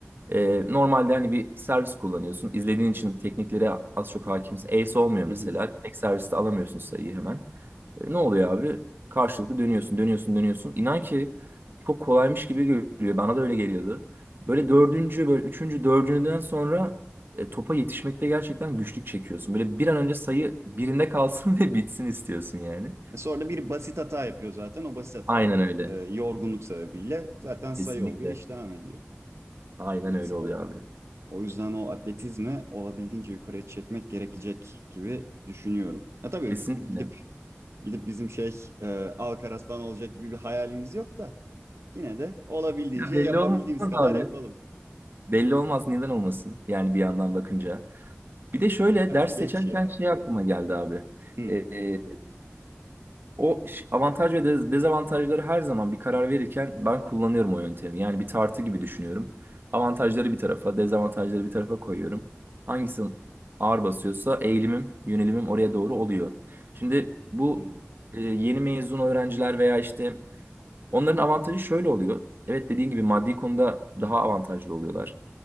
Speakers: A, on the right; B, on the right.
A: Ee, normalde hani bir servis kullanıyorsun. İzlediğin için tekniklere az çok hakimsin. Ace olmuyor
B: Hı
A: mesela.
B: hı.
A: Tek serviste alamıyorsun sayıyı hemen. E, ne oluyor abi? Karşılıklı dönüyorsun, dönüyorsun, dönüyorsun. İnan ki çok kolaymış gibi görünüyor. Bana da öyle geliyordu. Böyle dördüncü, böyle üçüncü, dördüncüden sonra e, topa yetişmekte gerçekten güçlük çekiyorsun. Böyle bir an önce sayı birinde kalsın <laughs> ve bitsin istiyorsun yani.
B: E sonra da bir basit hata yapıyor zaten. O basit hatayla
A: Aynen
B: da
A: öyle.
B: e, yorgunluk sebebiyle zaten sayı
A: Kesinlikle.
B: oluyor, iş devam ediyor.
A: Aynen
B: Evet,
A: öyle
B: o
A: oluyor abi.
B: o yüzden o atletizmi olabildiğince yukarıya çekmek gerekecek gibi düşünüyorum. Ha tabii
A: Kesinlikle.
B: gidip gidip bizim şey e, Alcaraz falan olacak gibi bir hayalimiz yok da yine de olabildiğince
A: Ya belli
B: yapabildiğimiz
A: olmaz abi.
B: kadar yapalım.
A: Belli olmaz neden olmasın yani bir yandan bakınca. Bir de şöyle
B: Artık
A: ders
B: geç
A: seçerken
B: ya.
A: şey aklıma geldi abi.
B: Hı,
A: Ee, o ş- avantaj ve dez- dezavantajları her zaman bir karar verirken ben kullanıyorum o yöntemi. Yani bir tartı gibi düşünüyorum. Avantajları bir tarafa, dezavantajları bir tarafa koyuyorum. Hangisi ağır basıyorsa eğilimim, yönelimim oraya doğru oluyor. Şimdi bu
B: anladım.
A: e, yeni mezun öğrenciler veya işte onların avantajı şöyle oluyor. Evet dediğin gibi maddi konuda daha avantajlı oluyorlar.